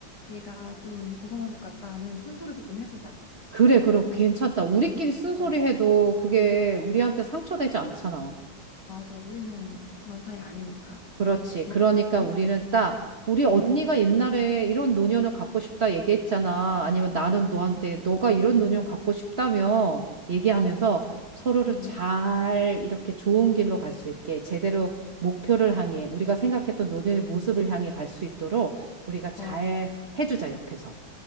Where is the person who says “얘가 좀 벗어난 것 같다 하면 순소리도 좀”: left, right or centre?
Left